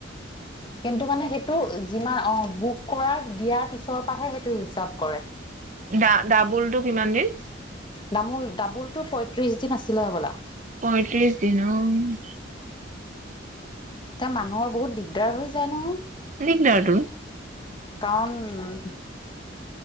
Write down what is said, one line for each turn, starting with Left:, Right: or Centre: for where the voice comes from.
Left: কিন্তু মানে সেইটো যিমান অ', বুক কৰাৰ দিয়াৰ পিছৰ পৰাহে সেইটো হিচাব কৰে।
Right: ডা ডাবুলটো কিমান দিন?
Left: ডামোল দাবোলটো পঁয়ত্ৰিশ দিন আছিলে হ'বলা।
Right: পইয়ত্ৰিশ দিন অ'।
Left: তে মানুহৰ বহুত দিগদাৰ হৈ যায় নহয়।
Right: দিগদাৰটো।
Left: কাৰণ উম,